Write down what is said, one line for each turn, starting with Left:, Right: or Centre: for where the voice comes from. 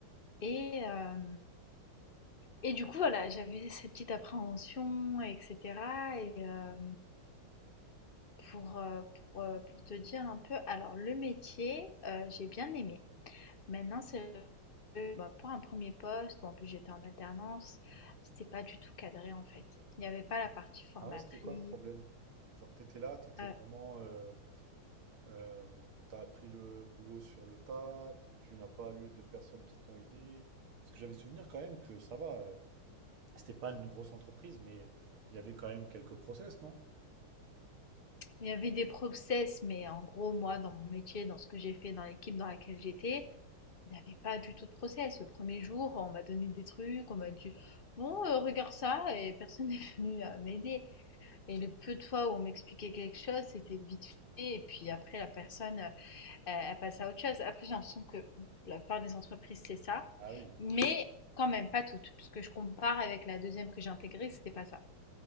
Left: Et, euh, et du coup, voilà, j'avais cette petite appréhension, etc. Et euh, pour, euh, pour, euh, pour te dire un peu, alors le métier, euh, j'ai bien aimé. Maintenant, c'est bah, pour un premier poste où en plus j'étais en alternance, c'était pas du tout cadré en fait. Il n'y avait pas la partie formatrice.
Right: Ah ouais, c'était quoi le problème? Genre, t'étais là, t'étais
Left: euh,
Right: vraiment. euh, euh, t'as appris le boulot sur le tas, tu n'as pas eu de personnes qui t'ont aidé. Parce que j'avais souvenir quand même que ça va, euh, c'était pas une grosse entreprise, mais il y avait quand même quelques process, non?
Left: il y avait des process, mais en gros, moi, dans mon métier, dans ce que j'ai fait, dans l'équipe dans laquelle j'étais, il n'y avait pas du tout de process. Le premier jour, on m'a donné des trucs, on m'a dit, bon, euh, regarde ça, et personne <laughs> n'est venu euh, m'aider. Et le peu de fois où on m'expliquait quelque chose, c'était vite fait. Et puis après, la personne, euh, à passer à autre chose. Après, j'ai l'impression que la plupart des entreprises, c'est ça,
Right: Ah oui.
Left: mais quand même pas toutes, parce que je compare avec la deuxième que j'ai intégrée, c'était pas ça.